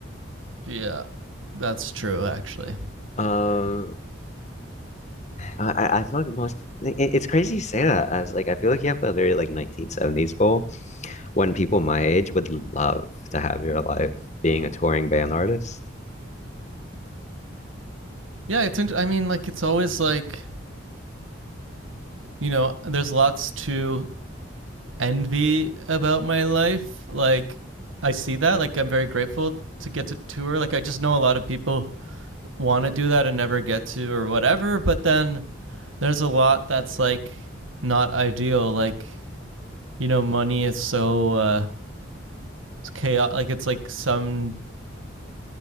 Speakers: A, on the right (about 85°); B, on the left (about 35°).
A: Yeah. That's true actually.
B: Um, I I I feel like most it, it's crazy you say that as like I feel like you have a very like 1970s goal when people my age would love to have your life being a touring band artist.
A: Yeah, it's int- I mean like it's always like, you know, there's lots to envy about my life. Like I see that. Like I'm very grateful to get to tour. Like I just know a lot of people want to do that and never get to or whatever, but then there's a lot that's like not ideal. Like you know, money is so uh, chaotic. Like it's like some.